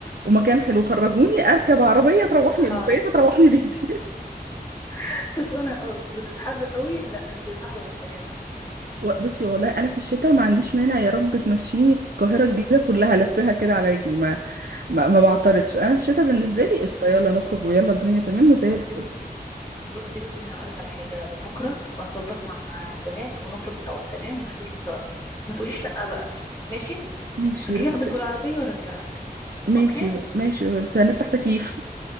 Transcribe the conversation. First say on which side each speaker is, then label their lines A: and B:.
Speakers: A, on the right; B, on the left.
A: ومكان حلو خرجوني اركب عربية تروحني
B: حاضر
A: بيت تروحني بيتي
B: <laughs> كسلانة قوي بتتحر قوي لا انتي صاحبة مش تمام على فكرة
A: و- بصي والله انا في الشتاء ما عنديش مانع يا رب تمشيني القاهره الجديده
B: أمم،
A: كلها لفها كده على رجلي ما ما, ما بعترضش انا الشتاء بالنسبه لي قشطه
B: أمم.
A: يلا نخرج ويلا الدنيا تمام وزي
B: بصي
A: الفل
B: بصي بصي بصي انا هقولك على حاجه بكره وهظبط مع البنات ونخرج سوا تمام نروح سيتي ستار ما تقوليش شقه بقى ماشي
A: ماشي
B: هجي
A: بس
B: اخدك
A: <laughs>
B: بالعربيه وارجعك
A: ماشي
B: اوكي
A: ماشي بس هنفتح تكييف